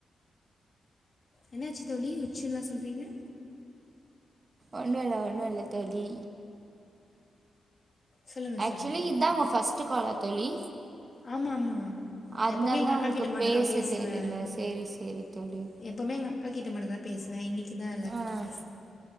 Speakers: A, on the left; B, on the right.
A: என்னாச்சு தோழி உச்சுன்லா சொல்றீங்க
B: ஒண்ணோ இல்ல ஒண்ணோ இல்ல தோழி
A: சொல்லுங்கள்
B: ஆக்சுவலி இதா உங்க ஃபர்ஸ் ட்டு காலா தோழி
A: ஆமா அம்மா
B: அதனால
A: எப்பமே எங்க
B: தான்
A: அக்கா
B: உங்களுக்கு
A: கிட்ட மட்டோதா
B: பேச
A: பேசுவே
B: தெரியல சரி சரி தோழி
A: எப்பமே எங்க அக்கா கிட்ட மட்டோதா பேசுவே இன்னிக்குதா எல்லார்கிட்டயு
B: ஆ
A: பேசுன